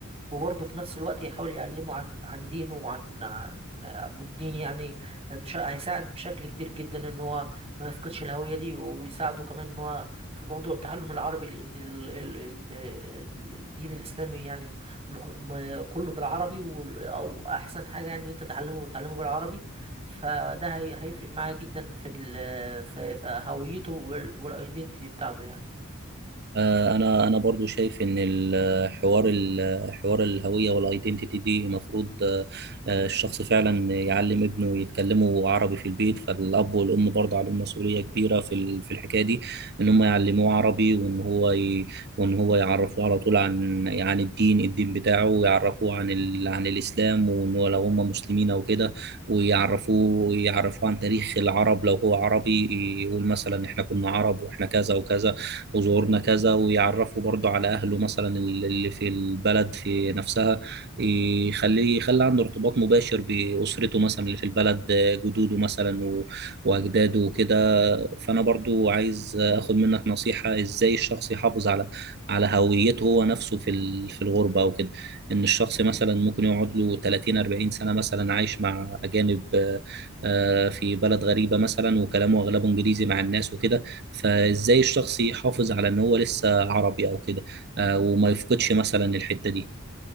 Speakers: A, on the right (about 30°); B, on the right (about 50°).
A: وبرضه في نفس الوقت يحاول يعلمه عن عن دينه وعن عن آه، والدين يعني بش... هيساعد بشكل كبير جدا ان هو ما يفقدش الهوية دي ويساعده كمان ان هو في موضوع تعلم العربي لان ال... ال... ال... ال- الدين الاسلامي يعني آه، كله بالعربي وال- او احسن حاجه يعني ان انت تتعلمه تتعلمه بالعربي فده هي- هيفرق معاه جدا في ال في في هويته والايدنتيتي بتاعته يعني
B: آه، انا انا برضو شايف ان الحوار حوار الهويه والايدنتيتي دي المفروض آه، آه، الشخص فعلا يعلم ابنه يتكلموا عربي في البيت فالاب والام برضه عليهم مسؤوليه كبيره في ال- في الحكايه دي ان هم يعلموه عربي وان هو ي... وان هو يعرفوه على طول عن عن الدين الدين بتاعه ويعرفوه عن ال... عن الاسلام وان هو لو هم مسلمين او كده ويعرفوه يعرفوه عن تاريخ العرب لو هو عربي يقول مثلا احنا كنا عرب واحنا كذا وكذا وزورنا كذا ويعرفه برضه على أهله مثلا اللي في البلد في نفسها يخليه يخلي عنده ارتباط مباشر بأسرته مثلا اللي في البلد آه، جدوده مثلا و- وأجداده وكده فأنا برضو عايز أخد منك نصيحة إزاي الشخص يحافظ على على هويته هو نفسه في ال- في الغربة أو كده إن الشخص مثلا ممكن يقعد له 30 40 سنة مثلا عايش مع أجانب آه، آه، في بلد غريبة مثلا وكلامه أغلبه إنجليزي مع الناس وكده فازاي الشخص يحافظ على ان هو لسه عربي او كده آه، وما يفقدش مثلا الحتة دي